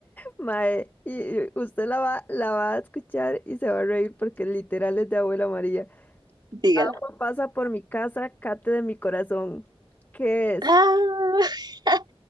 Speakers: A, on the left; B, on the right.
A: mae, y y usted la va, la va a escuchar y se va a reír porque literal es de Abuela María.
B: dígala.
A: Agua pasa por mi casa, cate de mi corazón. ¿Qué es?
B: Ah, <laughs>